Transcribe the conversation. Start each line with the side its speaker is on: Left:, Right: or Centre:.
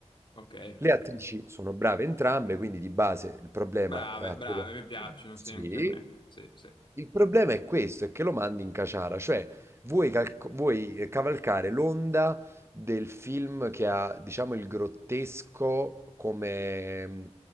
Left: Ok.
Right: Le attrici sono brave entrambe, quindi di base il problema
Left: Brave,
Right: eh, attoriale.
Left: brave, mi piacciono,
Right: Sì.
Left: sì, anche a me. Sì, sì,
Right: Il problema è questo, è che lo mandi in caciara, cioè vuoi, calco- vuoi, eh, cavalcare l'onda del film che ha, diciamo, il grottesco come mm,